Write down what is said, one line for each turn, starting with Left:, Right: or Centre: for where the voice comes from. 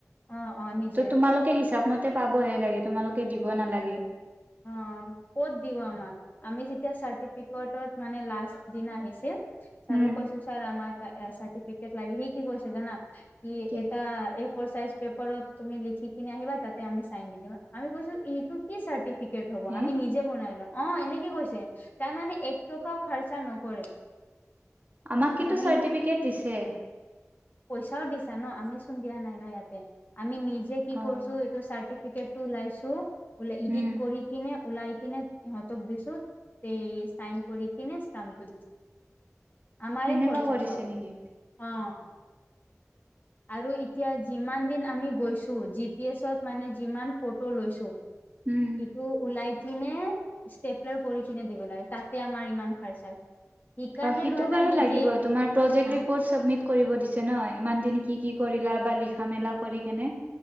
Left: অ অ নিজে
Right: ত তোমালোকে হিচাপ মতে পাবহে লাগে তোমালোকে দিব নালাগে।
Left: অ ক'ত দিব আমাক আমি যেতিয়া চাৰ্টিফিকেটত। মানে লাষ্ট দিন আহিছে ছাৰো
Right: উম
Left: কৈছো ছাৰ আমাক। চাৰটিফিকেট লাগে সি কি কৈছে জনা সি
Right: কি
Left: এটা এপ। এফৰ চাইজ পেপাৰত তুমি লিখি কিনে আহিবা তাতে আমি চাইন দি দিম। আমি কৈছো এইটো কি চাৰ্টি ফিকেট হ'ব
Right: হে
Left: আমি নিজে বনাই লম। অঁ এনেকে কৈছে, তাৰ মানে এক টকাও খৰচা নকৰে।
Right: আমাক কিন্তু
Left: আমি
Right: চাৰ্টিফিকেট দিছে।
Left: পইচাও দিছা ন, আমি চোন দিয়া নাই ন ইয়াতে, আমি নিজে কি
Right: অ
Left: কৰিছো এইটো চাৰ্টি টিকেট টো ওলাইছো, ওলাই ইডিট
Right: উম
Left: কৰি কিনে ওলাই কিনে সিহঁতক দিছো তাতে চাইন কৰি কিনে ষ্টামটো দিছে। আমাৰে
Right: সেনেকুৱা
Left: খৰচা
Right: কৰিছে
Left: চব।
Right: নেকি
Left: অঁ। আৰু এতিয়া যিমান দিন আমি গৈছো, জি পি এছত মানে যিমান ফটো লৈছো
Right: উম
Left: ইটো ওলাই কিনে ষ্টেপলাৰ কৰি কিনে দিব লাগে। তাতে আমাৰ ইমান খৰচা হয়। সেইকাৰণে
Right: অ সিটো
Left: লোৱা
Right: বাৰু
Left: নাই নেকি।
Right: লাগিব তোমাৰ প্ৰজেক্ট
Left: অঁ।
Right: ৰিপৰ্ট চাবমিট কৰিব দিছে ন, ইমান দিন কি কি কৰিলা বা লিখা মেলা কৰি কেনে?